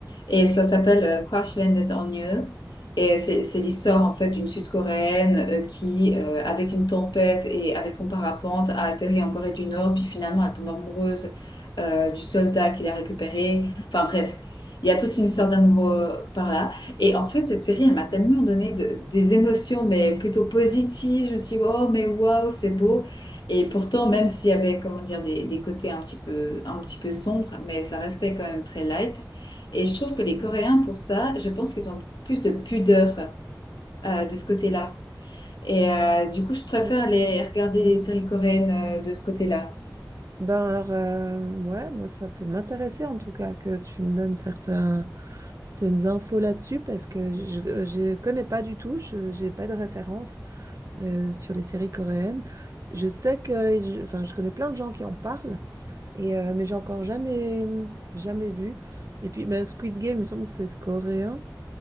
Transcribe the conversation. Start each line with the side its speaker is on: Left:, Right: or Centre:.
Left: et ça s'appelle euh, Crash Landed on You. Et c'est c'est l'histoire en fait d'une Sud-Coréenne euh, qui, euh, avec une tempête et avec son parapente, a atterri en Corée du Nord, puis finalement elle tombe amoureuse euh, du soldat qui l'a récupéré. Enfin bref, il y a toute une histoire d'amour euh, par là. Et en fait, cette série, elle m'a tellement donné de- des émotions, mais plutôt positives. Je me suis dit, oh, mais waouh, c'est beau. Et pourtant, même s'il y avait, comment dire, des, des côtés un petit peu, un petit peu sombres, mais ça restait quand même très light. Et je trouve que les Coréens, pour ça, je pense qu'ils ont beaucoup plus de pudeur euh, de ce côté-là. Et euh, du coup, je préfère
Right: Ouais.
Left: les, regarder les séries coréennes euh, de ce côté-là.
Right: Ben alors, euh, ouais, moi, ça peut m'intéresser en tout cas que tu me donnes certains, certaines infos là-dessus parce que je je connais pas du tout, je j'ai pas de référence euh, sur les séries coréennes. Je sais que, je- enfin, je connais plein de gens qui en parlent, et, euh, mais j'ai encore jamais, jamais vu. Et puis, ben, Squid Game, il me semble que c'est coréen,